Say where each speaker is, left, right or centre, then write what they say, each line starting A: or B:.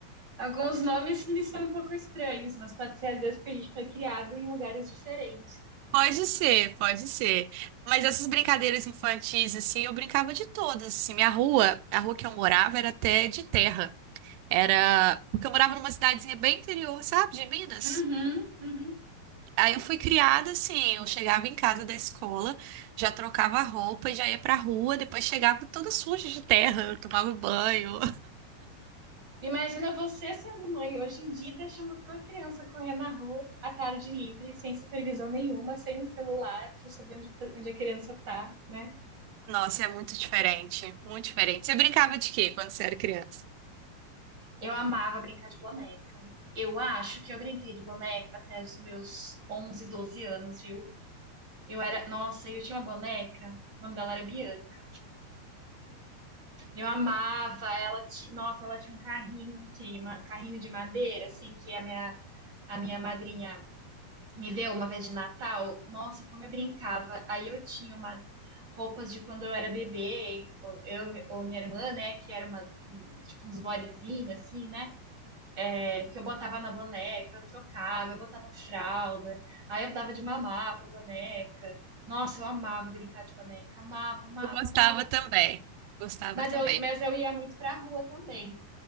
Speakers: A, on the right; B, on the right.
A: Alguns nomes me são um pouco estranhos, mas pode ser às vezes porque a gente foi criado em lugares diferentes.
B: Pode ser, pode ser. Mas essas brincadeiras infantis, assim, eu brincava de todas, assim. Minha rua, a rua que eu morava era até de terra. Era. Porque eu morava numa cidadezinha bem interior, sabe, de Minas.
A: Uhum, uhum.
B: Aí eu fui criada assim, eu chegava em casa da escola, já trocava a roupa e já ia pra rua, depois chegava toda suja de terra, eu tomava banho.
A: Imagina você sendo mãe hoje em dia, deixando tua criança correr na rua à tarde livre, sem supervisão nenhuma, sem um celular pra saber onde, onde a criança tá, né?
B: <laughs> Nossa, é muito diferente, muito diferente. Você brincava de quê quando você era criança?
A: Eu amava brincar de boneca. Eu acho que eu brinquei de boneca até os meus 11 12 anos, viu? Eu era, nossa, eu tinha uma boneca, o nome dela era Bianca. Eu amava ela, ti- nossa, ela tinha um carrinho, que, ma- carrinho de madeira, assim, que a minha, a minha madrinha Me deu uma vez de Natal, nossa, como eu brincava. Aí eu tinha umas roupas de quando eu era bebê, ou eu ou minha irmã, né, que eram umas, um- tipo uns bodyzinhos, assim, né, é, que eu botava na boneca, eu trocava, eu botava fralda, aí eu dava de mamar pra boneca. Nossa, eu amava brincar de boneca, amava, amava,
B: Eu gostava
A: amava.
B: também, gostava
A: Mas
B: também.
A: eu, mas eu ia muito pra rua também.